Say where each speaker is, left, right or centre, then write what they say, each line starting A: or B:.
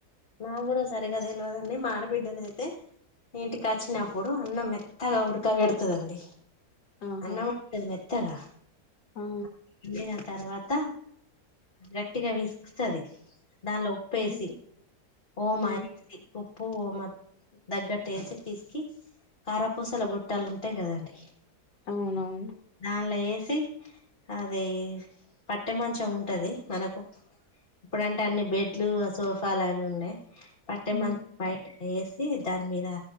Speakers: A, on the left (about 35°); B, on the left (about 80°).
A: నా కూడా సరిగా తెలవదండి, మా ఆడబిడ్డన అయితే ఇంటికి వచ్చినప్పుడు అన్నం మెత్తగా ఉడకబడేతండి
B: ఆహా
A: అన్నమ్ మే తెగ
B: ఆ
A: <unintelligible> రా తర్వాత గట్టిగా పిసుకుతది దానిలో ఉప్పేసి
B: ఉమ్
A: ఓ
B: ఉమ్
A: మాయ ఉప్పు ఓమ తగ్గట్టేసి పీసికి కారాపూసల బోట్టాలు ఉంటాయి కదండి
B: అవునవును
A: డాంట్లో ఎస్ అది పట్టె మంచం ఉంటది మనకు ఇప్పుడంటే అన్ని బెడ్లు సోఫ ఉండే పట్టే
B: ఉమ్
A: మంత పయ వేసి దాని మీద